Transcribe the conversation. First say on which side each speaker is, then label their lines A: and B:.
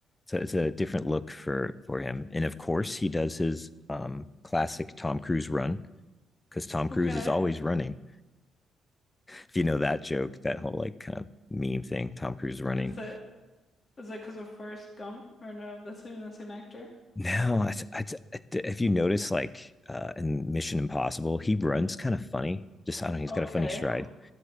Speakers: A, on the left (about 20°); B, on the left (about 40°).
A: so it's a different look for for him. And of course, he does his um classic Tom Cruise run because Tom Cruise
B: Okay.
A: is always running. If you know that joke, that whole like kind of meme thing, Tom Cruise running
B: Is it is that because of Forrest Gump? Or no, that's not even the same actor.
A: No, I, I, I, if you notice, like uh, in Mission Impossible, he runs kind of funny. Just I don't know, he's
B: Okay.
A: got a funny stride.